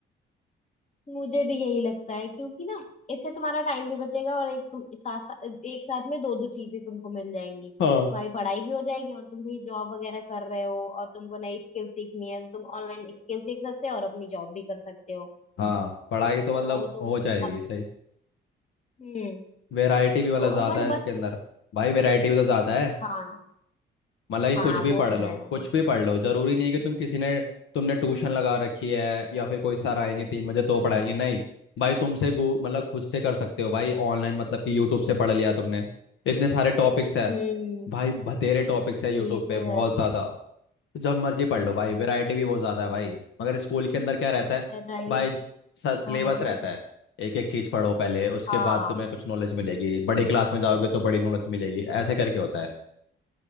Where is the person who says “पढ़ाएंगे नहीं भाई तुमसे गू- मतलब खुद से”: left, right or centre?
Left